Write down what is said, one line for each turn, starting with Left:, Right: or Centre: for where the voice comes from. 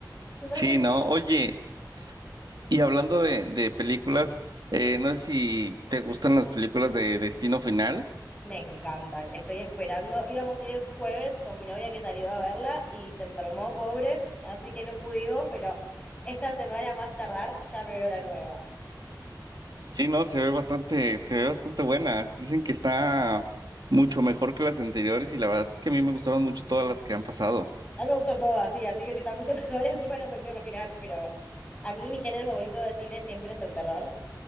Left: Sus
Right: Sí,
Left: álbumes.
Right: ¿no? Oye, y hablando de, de películas, eh, no sé si te gustan las películas de Destino Final.
Left: Me encantan, estoy esperando. Íbamos a ir el jueves con mi novia que salió a verla y se enfermó, pobre, así que no pudimos, pero esta semana más tardar ya me veo la nueva.
Right: Sí, no, se ve bastante, se ve bastante buena. Dicen que está mucho mejor que las anteriores y la verdad es que a mí me gustaron mucho todas las que han pasado.
Left: A mí me gustan todas, sí, así que si está mucho <laughs> mejor encima no me quiero imaginar, pero a mí mi género favorito de cine siempre es el terror.